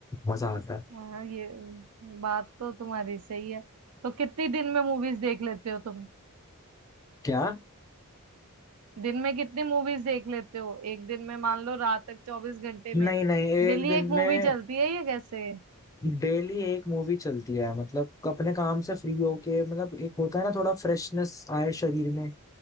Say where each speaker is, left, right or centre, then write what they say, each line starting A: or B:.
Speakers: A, on the left; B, on the right.
A: मजा आता है
B: हाँ ये बात तो तुम्हारी सही है तो कितनी दिन में मूवीज देख लेते हो तुम
A: क्या
B: दिन में कितनी मूवीज देख लेते हो एक दिन में मान लो रात तक चौबीस घंटे में
A: नहीं नहीं एक
B: डेली
A: दिन
B: एक मूवी
A: में
B: चलती है ये कैसे
A: डेली एक मूवी चलती है मतलब अपने काम से फ्री होके मतलब एक होता है ना थोड़ा फ्रेशनेस आए शरीर में